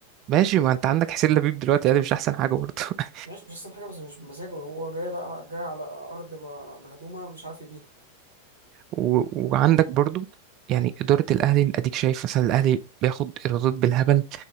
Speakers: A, on the right (about 40°); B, on the right (about 75°).
A: ماشي ما انت عندك حسين لبيب دلوقتي يعني مش احسن حاجه برضه <laughs>
B: ماشي مش احسن حاجة بس مش بمزاجه هو جاي لا جاي على ارض م- مهدومة مش عارف يبنيها
A: و... وعندك برضه يعني اداره الاهلي اديك شايف مثلا الاهلي بياخد ايرادات بالهبل